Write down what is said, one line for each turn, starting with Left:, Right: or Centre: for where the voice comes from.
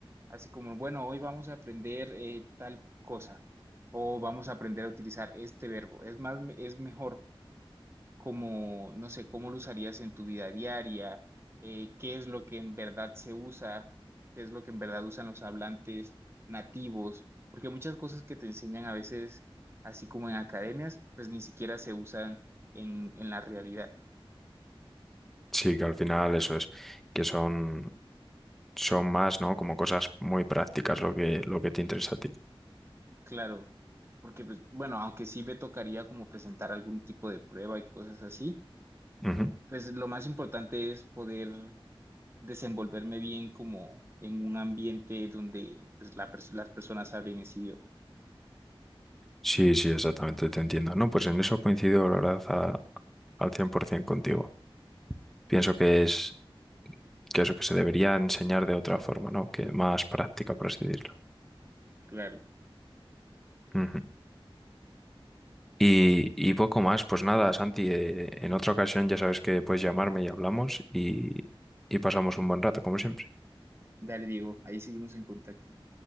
Right: así como, bueno, hoy vamos a aprender eh, tal cosa o vamos a aprender a utilizar este verbo. Es más, es mejor como, no sé, cómo lo usarías en tu vida diaria, eh, qué es lo que en verdad se usa, qué es lo que en verdad usan los hablantes nativos, porque muchas cosas que te enseñan a veces, así como en academias, pues ni siquiera se usan en, en la realidad,
Centre: Sí, que al final eso es. Que son, son más, ¿no? Como cosas muy prácticas lo que, lo que te interesa a ti.
Right: claro, porque, pues, bueno, aunque sí me tocaría como presentar algún tipo de prueba y cosas así,
Centre: Ujú.
Right: pues lo más importante es poder desenvolverme bien como en un ambiente donde pues, la pers- las personas hablen ese idioma.
Centre: Sí, sí, exactamente, te entiendo. No, pues en eso coincido, la verdad, a- al 100% contigo. Pienso que es que eso que se debería enseñar de otra forma, ¿no? Que más práctica, por así decirlo.
Right: Claro.
Centre: Ujú. Y, y poco más, pues nada, Santi, eh, en otra ocasión ya sabes que puedes llamarme y hablamos y, y pasamos un buen rato, como siempre.
Right: Dale, Diego. Ahí seguimos en contacto.